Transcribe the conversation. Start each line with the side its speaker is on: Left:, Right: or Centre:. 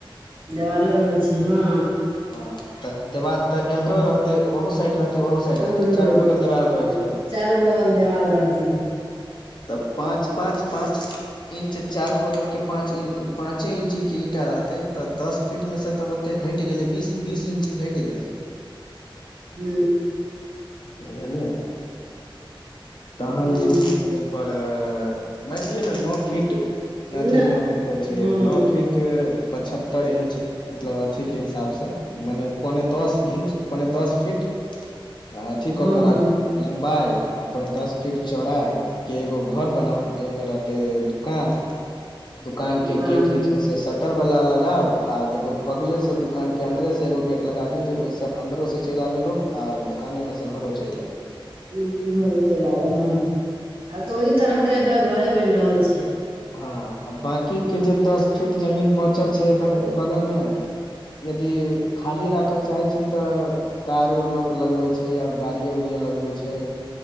Right: देवालो रहैय छैय ह
Left: ह तऽ देवाल तऽ एम्हरो रहतेय ओहो साइड रहते ओहू साइड रहते
Right: उमरो
Left: चारू
Right: रहतैय
Left: बगल देवाल रहे छै
Right: चारू बगल देवाल रहतै
Left: त पाँच पाँच पाँच इंच चारु बगल के पाॅच पांचे इंची के ईटा रहतैय तऽ दस फिट मे से तऽ ओते घैट घैटि गेलै बीस बीस इंची घैटि गेलैय
Right: हु
Left: बूझलियै तहन
Right: हुँ
Left: जे छैय से ओहिपर मानि लिय ने नओ फीट अथि
Right: नहि
Left: नओ फिट कहैय
Right: हँ
Left: छैय नओ फीट पचहत्तर इंच मतलब अथी के हिसाब स माने पौने दस इअंच पौने दस फीट आ अथी
Right: हँ
Left: कऽक राखु लम्बाई पौने दस फीट चौड़ाई के एगो घर बनाउ जेहिमे रहतेय दुकान दुकान के
Right: काम
Left: गेट जे छैय से सट सटर वला लगउ आर एगो बगले से दुकान के अंन्दरे से एगो गेट लगा दियौ जे ओहिस अंन्दरो से चलि आबे लोक आ दुोकाने मे स घरो चलि आबैय लोग।
Right: ह घरे चलि आबैय ह आब तऽ ओहि तरह के घरे बनि रहल छैय।
Left: ह बाकी के जे दस फीट जमीन बचल छैय बगलमे यदि खाली राखय चाहैय छी तऽ कार उर लोक लगबैय छैय आ गाड़िये उड़िये लगबैय छैय।